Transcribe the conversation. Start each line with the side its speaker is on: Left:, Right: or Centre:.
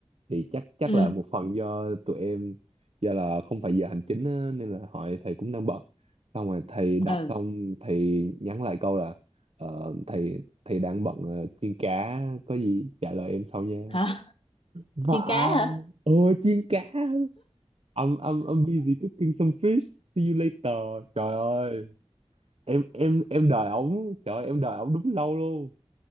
Right: thì chắc chắc
Left: Ừ.
Right: là một phần do tụi em do là không phải giờ hành chính á, nên là hỏi thầy cũng đang bận xong rồi thầy đọc
Left: Ừ.
Right: xong thầy nhắn lại câu là ờ, thầy thầy đang bận ờ, chiên cá có gì trả lời em sau nha
Left: Hả?
Right: vả
Left: Chiên cá hả?
Right: ờ chiên cá I'm, I'm, I'm busy cooking some fish see you later trời ơi em em em đợi ổng trời ơi, em đợi ổng đúng lâu luôn